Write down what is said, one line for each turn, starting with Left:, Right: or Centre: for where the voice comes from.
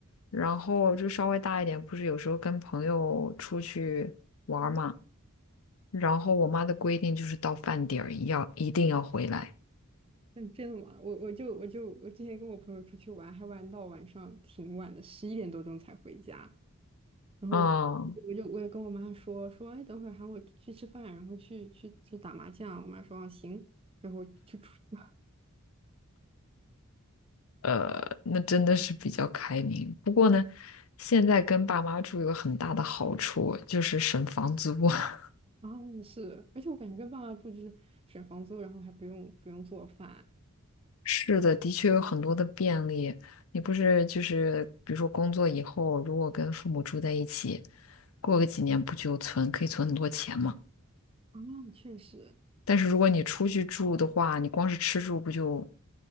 Left: 然后就稍微大一点，不是有时候跟朋友出去玩儿嘛，然后我妈的规定就是到饭点儿一要一定要回来，
Right: 嗯，真的吗？我我就我就我之前跟我朋友出去玩，还玩到晚上挺晚的，十一点多钟才回家。然后
Left: 嗯，
Right: 我就我也跟我妈说说，哎，等会儿喊我去吃饭，然后去去去打麻将。我妈说啊行，然后就出去了。<laughs>
Left: 呃，那真的是比较开明。不过呢，现在跟爸妈住有很大的好处，就是省房租。<laughs>
Right: 啊，是，而且我感觉跟爸爸住就是省房租，然后还不用不用做饭
Left: 是的，的确有很多的便利。你不是就是，比如说工作以后，如果跟父母住在一起，过个几年不就存，可以存很多钱嘛？
Right: 啊，确实。
Left: 但是如果你出去住的话，你光是吃住不就